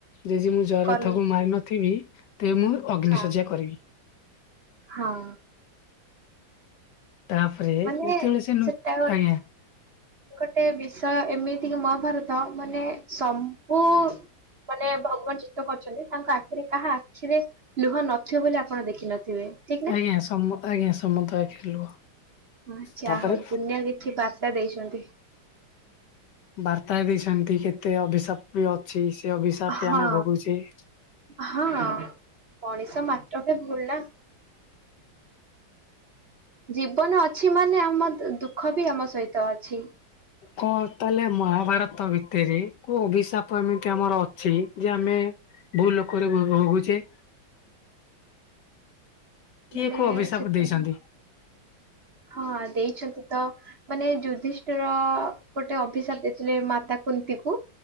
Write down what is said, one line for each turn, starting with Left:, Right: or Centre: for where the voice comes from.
Left: ଯେ ଯ ମୁଁ ଜୟରଥକୁଙ୍କୁ
Right: କର୍ଣ୍ଣ
Left: ମାରିନଥ ଥିବି ତେବେ ମୁଁ ଅଗ୍ନିଶଯ୍ୟା
Right: ହଁ
Left: କରିବି।
Right: ହଁ।
Left: ତାପରେ
Right: ମାନେ
Left: ଯେତେବେଳେ ସେ ନୁତ୍
Right: ସେଟା ଗୋଟେ
Left: ଆଜ୍ଞା।
Right: ଗୋଟେ ବିଷୟ ଏମିତି କି ମହାଭାରତ ମାନେ ସବୁ ମାନେ ଭଗବାନ ଚିତତ କରିଛନ୍ତି ତାଙ୍କ ଆଖିରେ କାହା ଆଖିରେ ଲୁହ ନଥିବ ବୋଲି ଆପଣ ଦେଖିନଥିବେ। ଠିକ ନା
Left: ଆଜ୍ଞା ସମ ଆଜ୍ଞା ସମସ୍ତ ଙ୍କ ଆଖିରେ ଲୁହ।
Right: ଆଛା
Left: ତାପରେ
Right: ହଉ ଦୁନିଆ କିଛି ବାର୍ତ୍ତା ଦେଇଛନ୍ତି।
Left: ବାର୍ତ୍ତା ଦେଇଛନ୍ତି କେତେ ଅଭିଶାପ ବି ଅଛି ସେ ଅଭିଶାପ
Right: ହଁ
Left: ବି ଆମେ ଭୋଗୁଛେ।
Right: ହଁ ମଣିଷ ମାତ୍ରକେ ଭୁଲ ନା। ଜୀବନ ଅଛି ମାନେ ଆମ ଦୁଃଖ ବି ଆମ ସହିତ ଅଛି।
Left: କନ୍। ତାହେଲେ ମହାଭାରତ ଭିତରେ କୋଉ ଅଭିଶାପ ଏମିତି ଆମର ଅଛି ଯେ ଆମେ ଭୂ ଲୋକରେ ଭୋ ଭୋଗୁଛେ। କିଏ
Right: ମାନେ
Left: କଉ ଅଭିଶାପ
Right: ସେ
Left: ଦେଇଛନ୍ତି?
Right: ହଁ ଦେଇଛନ୍ତି ତ ମାନେ ଯୁ ଯୁଦ୍ଧିଷ୍ଟର ଗୋଟେ ଅଭିଶାପ ଦେଇଥିଲେ ମାତା କୁନ୍ତି କୁ।